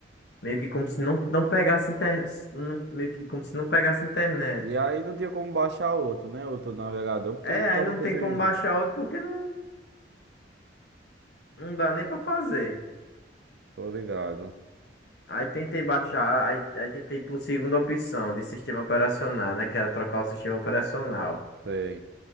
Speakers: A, on the left; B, on the right.
A: Meio que como se não, não pegasse internet. Meio que como se não pegasse internet.
B: E aí não tinha como baixar outro, né? Outro navegador, porque
A: É,
B: não tava
A: aí não
B: conseguindo.
A: tem como baixar outro porque não. Não dá nem pra fazer.
B: Tô ligado.
A: Aí tentei baixar, aí, aí tentei por segunda opção de sistema operacional, né? Que era trocar o sistema operacional.
B: Sei.